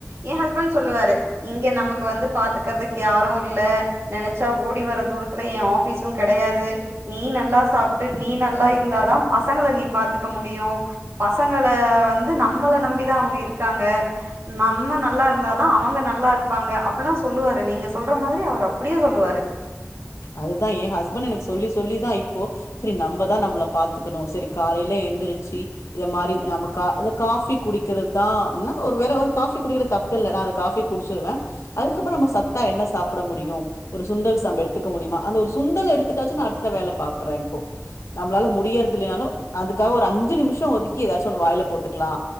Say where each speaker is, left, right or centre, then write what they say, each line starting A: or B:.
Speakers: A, on the right; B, on the left.
A: ஏ ஹஸ்பண்ட் சொல்லுவாரு இங்க நமக்கு வந்து பாத்துக்கறதுக்கு யாரு இல்ல நெனச்சா ஓடி வர தூரத்துல ஏ ஆபிஸு கெடையாது நீ நல்லா சாப்ட்டு நீ நல்லா இருந்தாதா பசங்கள நீ பாத்துக்க முடியு பசங்கள வந்து நம்மள நம்பிதா அவங்க இருக்காங்க நம்ம நல்லா இருந்தா தா அவங்க நல்லா இருப்பாங்க அப்புலா சொல்லுவாரு நீங்க சொல்ற மாதிரி அவர் அப்டியே சொல்லுவாரு
B: அதுதா என் ஹஸ்பண்ட் எனக்கு சொல்லி சொல்லிதா இப்போ செரி நம்மதா நம்மள பாத்துக்கணு செரி காலையில எந்திரிச்சு இத மாரி நம்ம கா இந்த காஃபி குடிக்கிறது தா ன்னா ஒரு வேற ஒரு காபி குடிக்கிற தப் பில்ல நா காஃபி குடிச்சிறுவே அதுக்கப்றோ நம்ம சத்தா என்ன சாப்பிட முடியு ஒரு சுண்டல் சம்பெடுத்து எடுத்துக்க முடியுமா அந்த ஒரு சுண்டல் எடுத்துட்டாச்சு நா அடுத்த வேல பாக்குறே இப்போ நம்மளால முடியறது இல்லனாலு அதுக்காக ஒரு அஞ்சு நிமிஷம் ஒதுக்கி ஏதாச்சும் ஒண்ணு வாயில போட்டுக்கலா